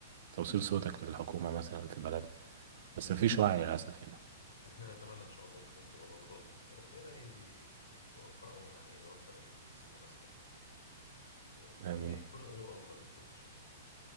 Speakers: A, on the right (about 45°); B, on the left (about 80°).
A: لتوصيل صوتك للحكومة مثلا في بلد بس مفيش وعي للأسف يعني
B: احنا نتمنى ان شاء الله الامور تبقى افضل وربنا ي... يوفقهم يعني يوفق الناس اللي ماسكه البلد و... و... يعني
A: آمين
B: يكون الامور افضل من كده ان شاء الله